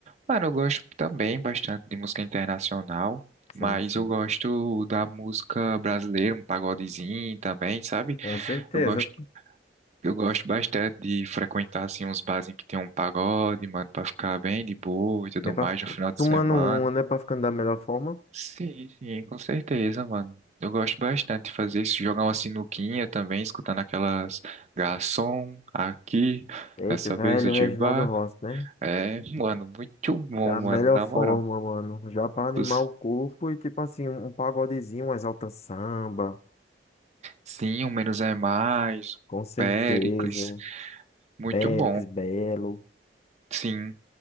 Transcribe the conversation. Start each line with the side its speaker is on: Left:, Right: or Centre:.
Right: Mano, eu gosto também bastante de música internacional,
Left: Sim,
Right: mas
Left: sim.
Right: eu gosto da música brasileira, um pagodezinho também, sabe?
Left: com certeza.
Right: Eu gosto, eu gosto bastante de frequentar, assim, uns bares em que tem um pagode, mano, pra ficar bem de boa e tudo
Left: Bem pra,
Right: mais
Left: fi-
Right: no final de
Left: tomando
Right: semana.
Left: uma, né, pra ficando da melhor forma.
Right: Sim, sim, com certeza, mano. Eu gosto bastante de fazer isso, jogar uma sinuquinha também, escutando aquelas garçom aqui,
Left: Eita,
Right: nessa
Left: velho,
Right: mesa de
Left: Reginaldo
Right: bar.
Left: Rossi, né?
Right: É, mano, muito bom,
Left: Da melhor
Right: mano, na
Left: forma,
Right: moral.
Left: mano. Já pra animar
Right: Os-
Left: o corpo e tipo assim, um, um pagodezinho, um Exalta Samba,
Right: Sim, o menos é mais, o
Left: com certeza.
Right: Péricles,
Left: um
Right: muito
Left: Péricles
Right: bom.
Left: Belo.
Right: Sim.